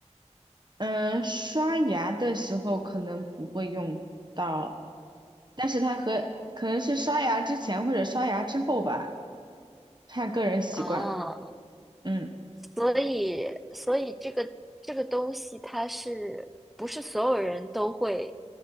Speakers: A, on the right; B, in the centre.
A: 嗯，呃刷牙的时候可能不会用到，但是它和可能是刷牙之前或者刷牙之后吧，看个人习惯。
B: 哦，
A: 嗯
B: 所以所以这个这个东西它是不是所有人都会